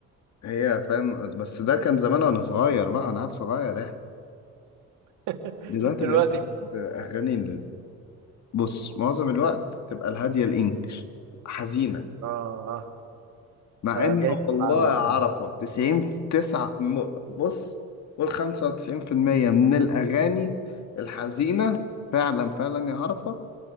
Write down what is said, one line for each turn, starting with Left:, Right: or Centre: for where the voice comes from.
Left: هي فاهم بس ده كان زمان وانا صغير بقى انا عاد صغير يعني
Right: <laughs>
Left: دلوقتي
Right: دلوقتي
Left: بقيت باغاني بص معظم الوقت تبقى الهادية الإنجليش حزينة
Right: اه
Left: مع
Right: ده
Left: إن
Right: جاي تبقى
Left: والله
Right: عامل
Left: يا عرفة
Right: إزاي؟
Left: 90 9 بص قول 95% من الأغاني الحزينة فعلا فعلا يا عرفة